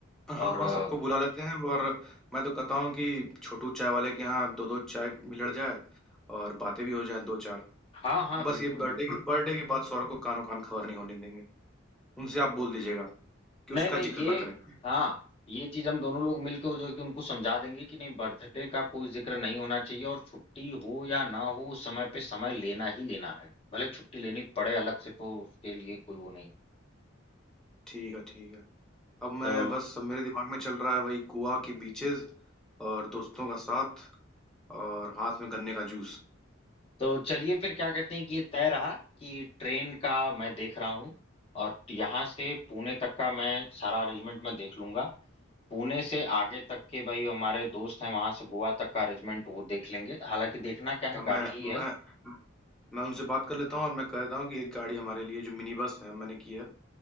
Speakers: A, in the centre; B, on the left.
A: हाँ,
B: और
A: हाँ,
B: अ,
A: सबको बुला लेते हैं और मैं तो कहता हूँ कि छोटू चाय वाले के यहाँ 2-2 चाय मिलड़ जाए और बातें भी हो जाएँ 2-4।
B: हाँ हाँ
A: बस
B: बिल्कुल
A: ये बर्थडे
B: बिल्कुल
A: की बर्थडे की बात सौरभ को कानो कान खबर नहीं होने देंगे। उनसे आप बोल दीजिएगा कि उसका
B: नहीं नहीं
A: जिक्र
B: ये
A: ना करें।
B: हाँ ये चीज हम दोनों लोग मिलकर जो है कि उनको समझा देंगे कि नहीं बर्थडे का कोई जिक्र नहीं होना चाहिए और छुट्टी हो या ना हो समय पे समय लेना ही लेना है भले छुट्टी लेनी पड़े अलग से तो उसके लिए कोई वो नहीं
A: ठीक है, ठीक है। अब
B: तो
A: मैं बस अब मेरे दिमाग में चल रहा है वही गोवा की बीचेज़ और दोस्तों का साथ और हाथ में गन्ने का जूस।
B: तो चलिए फिर क्या कहते हैं कि ये तय रहा कि ट्रेन का मैं देख रहा हूँ और यहाँ से पुणे तक का मैं सारा अरेंजमेंट मैं देख लूंगा पुणे से आगे तक के भाई हमारे दोस्त हैं वहां से गोवा तक का अरेंजमेंट वो देख लेंगे हालांकि देखना क्या है
A: अब मैं
B: गाड़ी ही है
A: मैं मैं उनसे बात कर लेता हूँ और मैं कहता हूँ कि एक गाड़ी हमारे लिए जो मिनी बस है मैंने की है